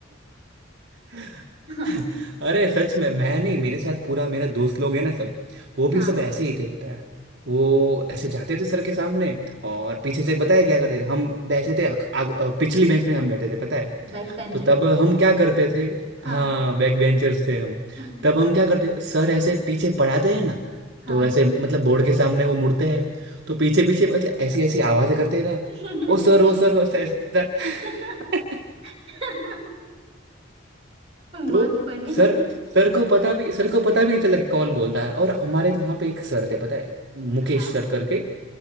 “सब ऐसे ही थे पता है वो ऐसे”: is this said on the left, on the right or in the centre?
Right